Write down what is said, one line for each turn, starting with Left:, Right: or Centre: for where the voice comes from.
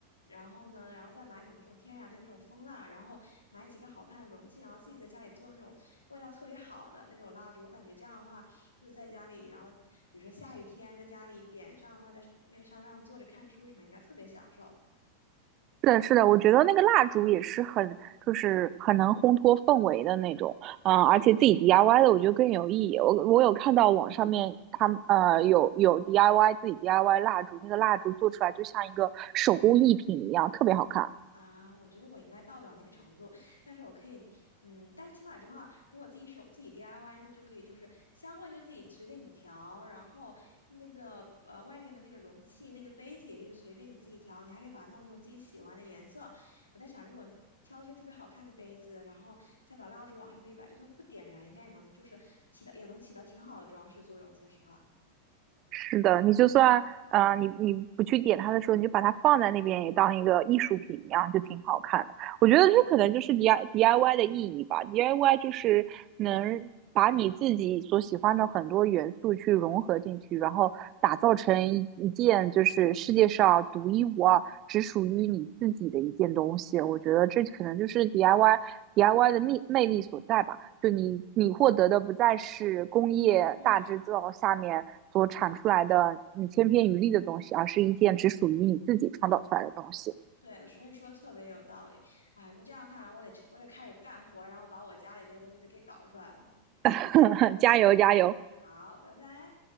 Left: 然后呢，然后再买点那种天然的那种蜂蜡，然后买几个好看的容器，然后自己在家里做那种味道特别好的那种蜡烛。我感觉这样的话，就是在家里，然后比如说下雨天在家里点上的话，在那个沙发上坐着看书什么，应该特别享受。
Right: 是的，是的，我觉得那个蜡烛也是很，就是很能烘托氛围的那种，嗯，而且自己 DIY 的，我觉得更有意义。我我有看到网上面他们呃有有 DIY 自己 DIY 蜡烛，那个蜡烛做出来就像一个手工艺品一样，特别好看。
Left: 啊，我觉得我应该到不了那个程度，但是我可以，嗯，但是起码的话，如果自己手自己 DIY 呢，就可以就是香味就自己随便你调，然后那个呃外面的那个容器那个杯子也是随便你自己调，你还可以把它弄成自己喜欢的颜色。我在想，如果挑一些特别好看的杯子，然后再把蜡烛往上面一摆，就算不点燃，应该也能就是起到也能起到挺好的装饰作用。说实话，
Right: 是的，你就算呃，你你不去点它的时候，你就把它放在那边，也当一个艺术品一样，就挺好看的。我觉得这可能就是
Left: 对啊，
Right: D I D I Y 的意义吧。D I Y 就是能把你自己所喜欢的很多元素去融合进去，然后打造成一一件就是世界上独一无二、只属于你自己的一件东西。我觉得这可能就是 D I Y D I Y 的魅魅力所在吧。就你你获得的不再是工业大制造下面所产出来的你千篇一律的东西，
Left: 嗯。
Right: 而是一件只属于你自己创造出来的东西。
Left: 对，我觉得你说的特别有道理啊！你这样看来，我得去我得开始干活，然后把我家里这些东西都给搞出来了。
Right: <laughs> 加油加油！
Left: 好，拜拜。